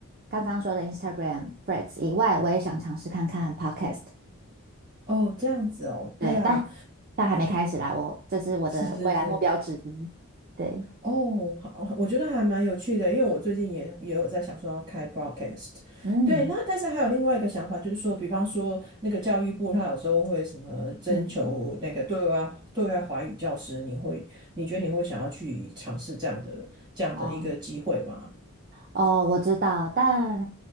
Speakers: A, on the right; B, on the right.
A: 刚刚说的 Instagram、Threads 以外，我也想尝试看看 Podcast，
B: 对，哦，这样子哦，对啊，
A: 对，但但还没开始啦，我这是我的未来目标之一，
B: 是是是。
A: 对，
B: 哦，好，我觉得还蛮有趣的，因为我最近也也有在想说要开 broadcast，
A: 嗯。
B: 对，那但是还有另外一个想法，就是说，比方说那个教育部，他有时候会什么征求那个对外对外华语教师，
A: 嗯，
B: 你会你觉得你会想要去尝试这样的这样的一个机会吗？
A: 哦哦，我知道，但